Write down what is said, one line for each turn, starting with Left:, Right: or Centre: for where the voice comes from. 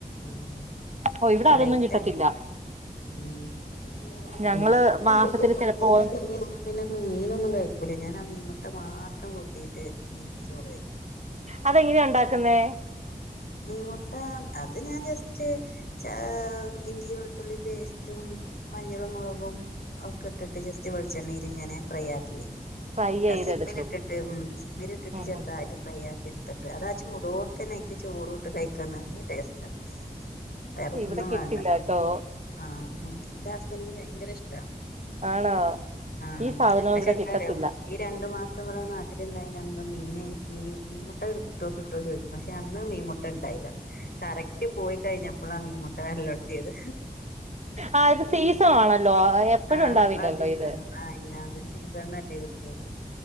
Left: ഉം
Right: ഓ ഇവിടെ അതൊന്നും
Left: റേറ്റാണ്
Right: കിട്ടത്തില്ല
Left: ഉം
Right: ഞങ്ങള്
Left: ഉം
Right: മാസത്തില് ചിലപ്പോ
Left: പിന്നെ മീനൊന്നും കഴികൂല്ല ഞാൻ ആ മീൻമുട്ട മാത്രം കൂട്ടീട്ട് മീൻ ചോറെയി
Right: അതെങ്ങനെയ ഇണ്ടാക്കുന്നേ?
Left: മീമുട്ട അത് ഞാൻ ജസ്റ്റ് ചാ ഇഞ്ചി വെളുത്തുള്ളി പേസ്റ്റും മഞ്ഞളും മുളകും ഒക്കെട്ടിട്ട് ജസ്റ്റ് വെളിച്ചെണ്ണയിലിങ്ങനെ ഫ്രൈ ആക്കി
Right: ഫ്രൈ ചെയ്തെടുക്കും
Left: അത് സിമ്മിലിട്ടിട്ട് ഉം സിമ്മിലിട്ടിട്ട്
Right: ഉം
Left: ചെറുതായിട്ട്
Right: ഉം
Left: ഫ്രൈ ആക്കി ഇടുത്തിട്ട് അതാ ചൂടോട്ക്കനെ അയ്ക്ക് ചോറ്ട്ട് കയ്ക്കാൻ നല്ല ടേസ്റ്റാ വേറൊന്നും
Right: ഇവിടെ കിട്ടില്ല
Left: വേണ്ട
Right: കേട്ടോ
Left: ആ ന്റെ ഹസ്ബൻ്റിന് ഭയങ്കര ഇഷ്ടാ
Right: ആണോ
Left: ആഹ്
Right: ഈ സാധനവും
Left: പക്ഷെ
Right: ഇവിടെ
Left: എന്താറിയോ?
Right: കിട്ടത്തില്ല
Left: ഈ രണ്ടു മാസം ഇവിടെ നാട്ടിലുണ്ടായിനന്നും മീനെ മീൻ മീൻമുട്ട കിട്ടോ കിട്ടോ ചോയ്ക്കും പക്ഷെ അ ന്ന് മീൻമുട്ട ഉണ്ടായില കറക്റ്റ് പോയി കഴിഞ്ഞപ്പോളാ മീൻമുട്ട വരലൊടുത്തിയത്
Right: ആ ഇത് സീസൺ ആണല്ലോ എപ്പോഴും
Left: ആ
Right: ഉണ്ടാവില്ലല്ലോ
Left: അപ്പളാ സീസാണ്
Right: ഇത്
Left: ആ ഇല്ലാത്തൊരു സീസാണ്നല്ലേ കി ട്ടൊളൂ